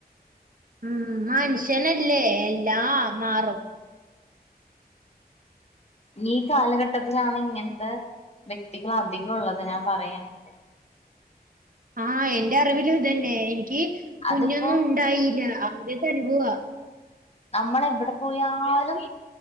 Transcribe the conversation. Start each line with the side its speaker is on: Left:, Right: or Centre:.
Right: ഉം മനുഷ്യനല്ലേ എ ല്ലാം മാറും.
Left: ഈ കാലഘട്ടത്തിലാണ് ഇങ്ങനത്തെ വ്യക്തികൾ അധികം ഉള്ളത് ഞാൻ പറയാനക്കെ.
Right: ആഹഹ് എന്റെ അറിവിലും ഇതന്നെ എനി ക്ക്
Left: അതിപ്പോ
Right: കുഞ്ഞൊന്നും ഉണ്ടായില്ല അവ ത്ത അനുഭവാ
Left: നമ്മള എവിടെ പോയാലും